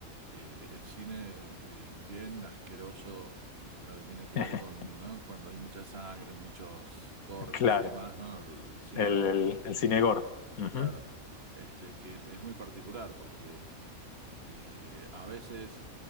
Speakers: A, on the right (about 45°); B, on the left (about 75°).
A: eh, el cine eh, bien asqueroso en lo que tiene que
B: <laughs>
A: ver con, ¿no? Cuando hay mucha sangre, muchos cortes
B: Claro,
A: y demás, ¿no? El, el cine
B: el,
A: gore,
B: el, el cine gore. Ujú,
A: claro, este que es muy particular porque eh, a veces